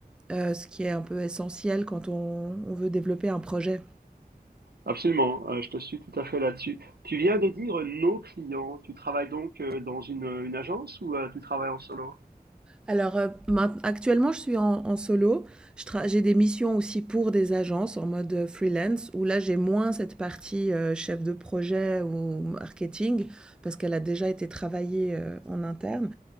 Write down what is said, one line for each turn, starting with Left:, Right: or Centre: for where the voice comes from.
Centre: heu, ce qui est un peu essentiel quand on on veut développer un projet.
Right: Absolument, euh, je te suis tout à fait là-dessus. Tu viens de dire euh, nos clients. Tu travailles donc euh, dans une, une agence ou euh, tu travailles en solo?
Centre: Alors, heu, maint actuellement, je suis en en solo. Je tra j'ai des missions aussi pour des agences en mode, heu, freelance où là, j'ai moins cette partie, heu, chef de projet ou marketing parce qu'elle a déjà été travaillée, heu, en interne.